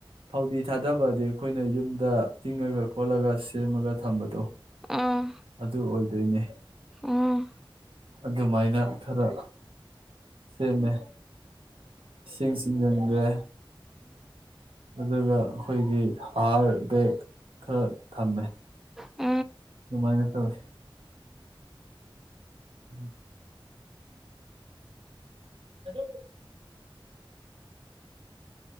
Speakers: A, on the right (about 80°); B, in the centre.
A: ꯐꯧꯗꯤ ꯊꯥꯗꯕꯗꯤ ꯑꯩꯈꯣꯏꯅ ꯌꯨꯝꯗ ꯇꯤꯡꯉꯒ ꯈꯣꯠꯂꯒ ꯁꯦꯝꯃꯒ ꯊꯝꯕꯗꯣ
B: ꯎꯝ
A: ꯑꯗꯨ ꯑꯣꯏꯗꯣꯏꯅꯦ
B: ꯎꯝ
A: ꯑꯗꯨꯃꯥꯏꯅ ꯈꯔ ꯁꯦꯝꯃꯦ ꯏꯁꯤꯡ ꯆꯤꯡꯖꯟꯒꯦ ꯑꯗꯨꯒ ꯑꯩꯈꯣꯏꯒꯤ ꯍꯥꯔ ꯕꯦꯛ ꯈꯔ ꯊꯝꯃꯦ
B: ꯍ
A: ꯑꯗꯨꯃꯥꯏꯅ ꯇꯧꯁꯦ ꯎꯝ ꯑꯗꯨꯕꯨ